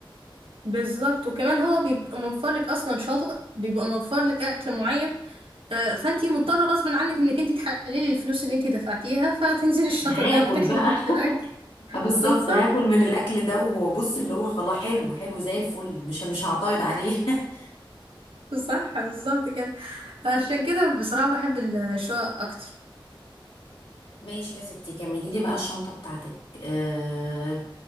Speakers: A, on the right (about 75°); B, on the left (about 85°).
A: بالظبط وكمان هو بيبقى موفر لك أصلا شاطئ بيبقى موفر لك أكل معين آه، فأنتي مضطرة غصب عنك إنك أنتي تحللي الفلوس اللي أنتي دفعتيها فتنزلي الشاطئ
B: هاكل
A: ده وهتاكلي
B: بقى
A: نفس
B: <laughs>
A: الأكل
B: آه بالظبط
A: بالظبط
B: هاكل من الاكل ده وبص اللي هو خلاص حلو حلو زي الفل مش مش هعترض عليه <laughs>
A: صح بالظبط كده عشان كده بصراحة بحب الشقق أكتر
B: ماشي يا ستي كملي لي بقى الشنطه بتاعتك أه